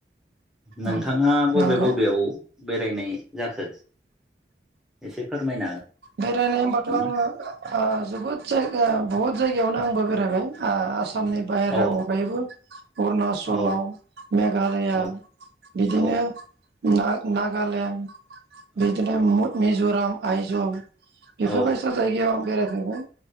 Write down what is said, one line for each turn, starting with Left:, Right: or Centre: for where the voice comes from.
Centre: नोंथाङा
Right: औ
Centre: बबे
Right: नंगौ
Centre: बबेयाव बेरायनाय जाखो एसे फोरमायनो हागोन।
Right: बेरायनाय होनबाथ'
Centre: ना?
Right: आङो ओ जोबोद जायगा बहुत जायगा यावनो आंबो बेरायबाय आसामनि बाहेरानि
Centre: औ
Right: अगायैबो अरुणाचलाव
Centre: औ
Right: मेघालया
Centre: औ
Right: बिदिनो
Centre: औ
Right: ना-नागालेण्ड बिदिनो म मिज'राम आइजल बेफोरबायसा
Centre: औ
Right: जायगायाव आं बेरायहैबाय।